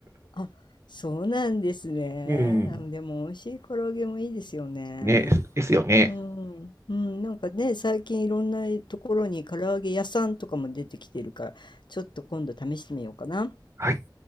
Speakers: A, on the left; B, on the right.
A: あ、そうなんですね。
B: うん。
A: あでも、美味しい唐揚げもいいですよね。
B: ね、ですよね。
A: うん、うん、なんかね、最近いろんなところに唐揚げ屋さんとかも出てきてるから、ちょっと今度試してみようかな。
B: はい。